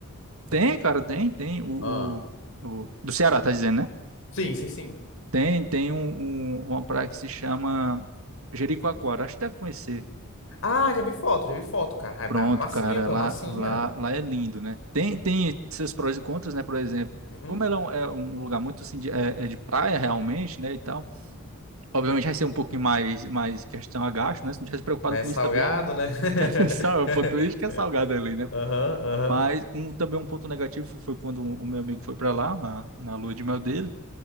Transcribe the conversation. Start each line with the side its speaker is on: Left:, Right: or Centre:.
Right: Tem, cara, tem, tem. O,
Left: Ah.
Right: o, o- do Ceará, tá dizendo, né?
Left: Sim, sim, sim.
Right: Tem, tem um, um- uma praia que se chama Jericoacoara. Acho que deve conhecer.
Left: Ah, já vi foto, já vi foto, cara. Ah, é
Right: Pronto,
Left: ma- massinha,
Right: cara,
Left: pô,
Right: lá,
Left: é massinha.
Right: lá, lá é lindo, né? Tem, tem seus prós e contras, né? Por exemplo,
Left: Uhum.
Right: como ela é um, é um lugar muito assim, de, é, é de praia realmente, né? E tal, obviamente vai ser um pouquinho mais, mais questão a gasto, né? Se não tivesse preocupado
Left: Mas
Right: com
Left: é salgado,
Right: isso também, não.
Left: né? <laughs>
Right: <laughs> Sabe, o ponto turístico é salgado ali, né?
Left: Aham, aham.
Right: Mas um, também um ponto negativo foi quando o meu amigo foi pra lá, na, na lua de mel dele.